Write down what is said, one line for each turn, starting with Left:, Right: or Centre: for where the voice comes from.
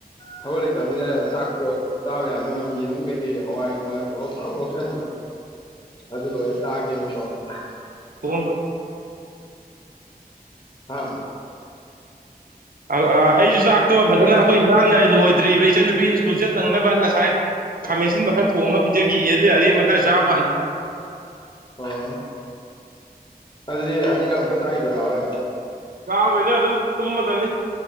Left: ꯊꯕꯛ ꯂꯩꯇꯕꯅꯤꯅ ꯆꯥꯛꯇꯣ ꯆꯥꯕ ꯌꯥꯅꯕ ꯌꯦꯔꯨꯝ ꯀꯩꯀꯩ ꯍꯋꯥꯏ ꯊꯅꯨꯡꯋꯥꯏ ꯇꯧꯔ ꯄꯪꯉꯧ ꯉꯧꯁꯟꯕ ꯑꯗꯨ ꯂꯣꯏꯔ ꯆꯥꯒꯦꯅ ꯇꯧꯕꯅꯦ
Right: <unintelligible>
Left: ꯍꯥ
Right: ꯑꯩꯁꯨ ꯆꯥꯛꯇꯣ ꯐꯖꯅ ꯑꯩꯈꯣꯏ ꯏꯟꯁꯥꯡꯍꯥꯏ ꯂꯣꯏꯗ꯭ꯔꯤꯕ ꯏꯆꯟ ꯅꯨꯨꯄꯤ ꯁ꯭ꯀꯨꯜ ꯆꯠ ꯅꯪꯅꯕ ꯉꯁꯥꯏ ꯈꯥꯃꯦꯟꯁꯤꯟꯕ ꯈꯔ ꯊꯣꯡꯉꯒ ꯄꯤ ꯖꯒꯦꯌꯦ ꯑꯗꯨꯏ ꯑꯔꯦꯝꯕ ꯈꯔ ꯆꯥꯕ ꯋꯥꯅꯤ
Left: ꯑꯣ ꯑꯗꯨꯗꯤ ꯑꯅꯤꯔꯛ ꯑꯃꯨꯛꯀ ꯆꯥꯈꯤꯗꯣꯏꯔꯥ ꯍꯣꯔꯦꯟ
Right: ꯥ ꯆꯥꯔꯣꯏꯗ ꯑꯗꯨꯝ ꯇꯨꯝꯃꯗꯕꯅꯤ